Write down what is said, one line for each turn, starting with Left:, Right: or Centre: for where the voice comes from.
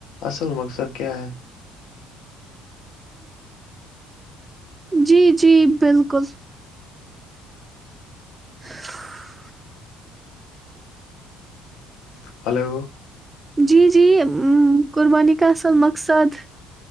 Left: اصل مقصد کیا ہے
Right: جی جی بالکل <inaudible>
Left: ہلو
Right: جی جی قربانی کا اصل مقصد